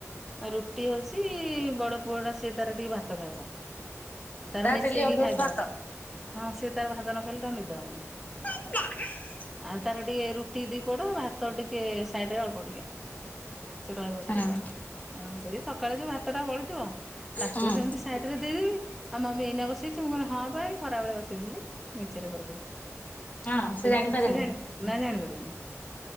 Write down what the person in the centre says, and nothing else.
ଆ ରୁଟି ହଉଚି ବଡ ପୁଅ ଟା ସେ ତାର ଟିକେ ଭାତ ଖାଇବ। ତାର ମିଶେଇକି
ଖାଇଦବ।
ହଁ ସିଏ ତାର ଭାତ ନ ଖାଇଲେ ତାକୁ ନିଦ ହବନି।
ଆଉ ତାର ଟିକେ ରୁଟି ଦି ପଡ ଆ ଭାତ ଟିକେ ସାଇଡ୍ ରେ ଅଳ୍ପ ଟିକେ। ସେ ରହିବ ଟିକେ
ତାର ଅଁ ସେ ସକାଳେ ଯୋଉ ଭାତଟା ବଳିଥିବ ତାକୁ
ସେମିତି ସାଇଡ୍ ରେ ଦେବି ଆଉ ମମି ଏଇନା ବସେଇଚୁ ମୁଁ କହିବି ହଁ ପା ଏଇ ଖରାବେଳେ ବସେଇଥିଲି। ମିଛରେ କହି ଦେବି
ସେ
ଜାଣି ସିଏ ଜାଣି ନା ଜାଣିପାରିବନି।